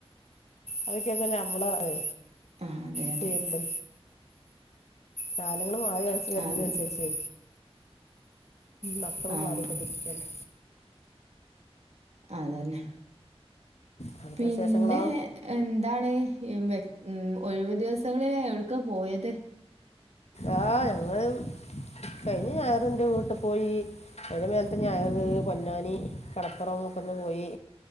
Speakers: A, on the left; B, on the right.
A: അതൊക്കെയന്നല്ല നമ്മള് അത്
B: ആഹ് അതെ അതെ
A: ഫീൽഡ്. കാലങ്ങള് മാറി വരുന്നതിനനുസരിച്ച്
B: അതെ
A: മക്കളും
B: ആഹ്
A: മാറിക്കൊണ്ടിരിക്കയാണ്
B: അതന്നെ
A: അവിടുത്തെ
B: പിന്നെ
A: വിശേഷങ്ങളോ
B: എന്താണ്? ഉം ഒഴിവ് ദിവസങ്ങളില് എവിടേക്കാ പോയത്?
A: ആഹ് ഞങ്ങള് കഴിഞ്ഞ ഞായറ് എന്റെ വീട്ടി പോയി. അതിന് മേലത്തെ ഞായറ് പൊന്നാനി കടപ്പുറം ഒക്കെയൊന്ന് പോയി.